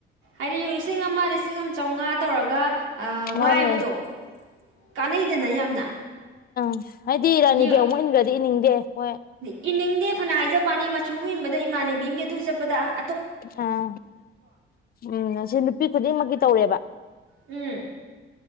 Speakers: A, on the right (about 80°); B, on the left (about 50°).
A: ꯑꯔꯤ ꯂꯤꯁꯤꯡ ꯑꯃ ꯂꯤꯁꯤꯡ ꯑꯃ ꯆꯥꯝꯃꯉꯥ ꯇꯧꯔꯒ
B: ꯃꯥꯅꯦ
A: ꯋꯥꯏꯕꯗꯣ ꯀꯥꯟꯅꯩꯗꯅ ꯌꯥꯝꯅ
B: ꯎꯝ ꯍꯥꯏꯗꯤ ꯔꯥꯅꯤꯕꯤ
A: ꯌꯦ-
B: ꯑꯃꯨꯛ ꯏꯟꯈ꯭ꯔꯗꯤ ꯏꯅꯤꯡꯗꯦ ꯍ
A: ꯏꯅꯤꯡꯗꯦ ꯐꯅꯥꯏꯖꯕ ꯅꯤ ꯃꯆꯨ ꯃꯟꯕꯗ ꯏꯃꯥꯟꯅꯕꯤ ꯆꯄꯗ
B: ꯑꯥ ꯎꯝ ꯁꯤ ꯅꯨꯄꯤ ꯈꯨꯗꯤꯡꯃꯛꯀꯤ ꯇꯧꯔꯦꯕ
A: ꯎꯝ